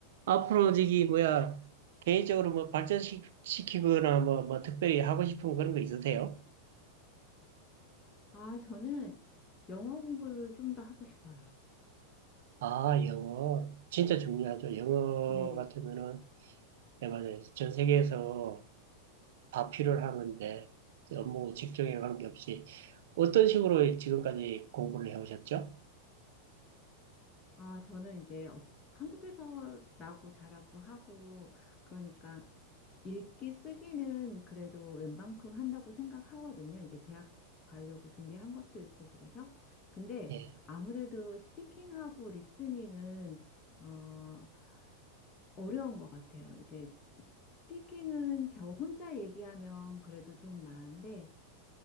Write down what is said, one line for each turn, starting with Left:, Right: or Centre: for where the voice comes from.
Right: 앞으로 저기 뭐야 개인적으로 뭐 발전시키거나 뭐, 뭐 특별히 하고 싶은 그런 거 있으세요?
Left: 아, 저는 영어 공부를 좀 더 하고 싶어요.
Right: 아, 영어 진짜 중요하죠. 영어
Left: 네.
Right: 같으면은 네, 맞아요. 전 세계에서 다 필요한 건데 업무 직종에 관계없이 어떤 식으로 지금까지 공부를 해오셨죠?
Left: 아, 저는 이제 어- 한국에서 나고 자라고 하고, 그러니까 읽기 쓰기는 그래도 웬만큼 한다고 생각하거든요. 이제 대학 가려고 준비한 것도 있고, 그래서. 근데
Right: 예,
Left: 아무래도 스피킹하고 리스닝은, 어, 어려운 것 같아요. 이제 스피킹은 저 혼자 얘기하면 그래도 좀 나은데,